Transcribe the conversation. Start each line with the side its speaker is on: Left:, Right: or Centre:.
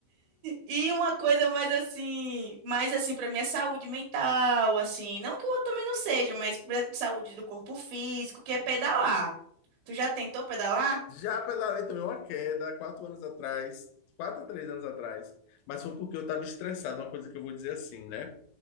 Right: E uma coisa mais assim, mais assim para minha saúde mental, assim, não que o outro também não seja, mas pra saúde do corpo físico, que é pedalar. Tu já tentou pedalar?
Left: Já pela lei também uma queda, quatro anos atrás, quatro a três anos atrás. Mas foi porque eu estava estressado, uma coisa que eu vou dizer assim, né?